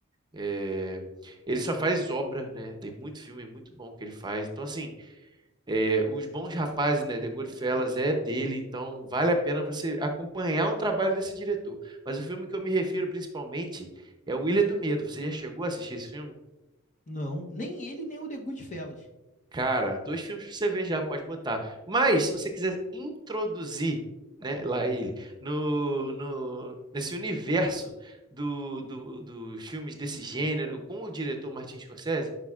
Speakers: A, on the right (about 20°); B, on the left (about 35°).
A: É, ele só faz obra, né? Tem muito filme muito bom que ele faz. Então, assim, é, Os Bons Rapazes, né? The Goodfellas é dele, então vale a pena você acompanhar o trabalho desse diretor. Mas o filme que eu me refiro principalmente é O Ilha do Medo. Você já chegou a assistir esse filme?
B: Não, nem ele, nem o The Goodfellas.
A: Cara, dois filmes pra você ver já, pode botar. Mas, se você quiser introduzir, né, lá ele, no, no, nesse universo do, do- dos filmes desse gênero com o diretor Martin Scorsese,